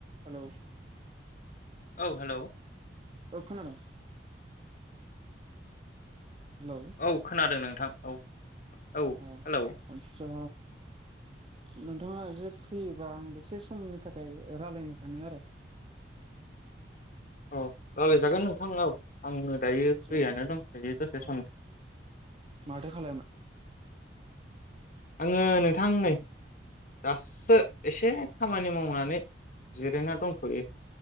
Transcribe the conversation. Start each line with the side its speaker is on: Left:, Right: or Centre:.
Right: Hello.
Left: औ hello.
Right: औ खोनादों। हेलौ
Left: औ खोनादों नोंथां औ। औ
Right: अ
Left: हेलौ
Right: आतसा। नोंथाङा एसे फ्रिबा आं दसे समनि थाखाय रायलायनो सानो आरो।
Left: अ रायलायजागोन नोंथां औ। आङो दायो
Right: आदसा
Left: फ्रियानो दंथयो दसे
Right: औ
Left: सम
Right: माथो खालायामोन
Left: आङो नोंथां नै दासो एसे खामानि मावनानै। जिरायना दंथ'यो।